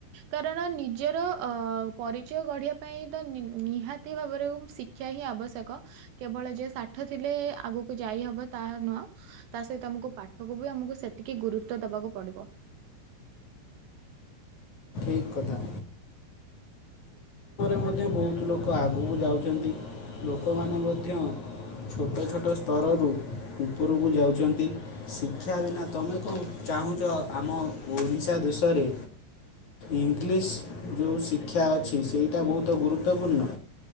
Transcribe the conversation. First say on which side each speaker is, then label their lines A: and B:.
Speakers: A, on the right (about 70°); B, on the left (about 45°).
A: କାରଣ ନିଜର ପରିଚୟ ଗଢ଼ିବା ପାଇଁ ତ ନିହାତି ଭାବରେ ଶିକ୍ଷା ହିଁ ଆବଶ୍ୟକ କେବଳ ଯେ ସାଠ ଥିଲେ ଆଗକୁ ଯାଇ ହବ ତାହା ନୁହଁ। ତା ସହିତ ଆମକୁ ପାଠକୁ ବି ଆମକୁ ସେତିକି ଗୁରୁତ୍ୱ ଦବାକୁ ପଡିବ।
B: ଅ୍ କତା। ମଧ୍ୟ ବହୁତ ଲୋକ ଆଗକୁ ଯାଉଛନ୍ତି। ଲୋକମାନେ ମଧ୍ୟ ଛୋଟ ଛୋଟ ସ୍ତରରୁ ଉପରକୁ ଯାଉଛନ୍ତି। ଶିକ୍ଷା ବିନା ତମେ କଣ ଚାହୁଁଛ ଆମ ଓଡ଼ିଶା ଦେଶରେ ଇଂଲିଶ ଯେଉଁ ଶିକ୍ଷା ଅଛି ସେଇଟା ବହୁତ ଅତ ଗୁରୁତ୍ୱପୂର୍ଣ୍ଣ।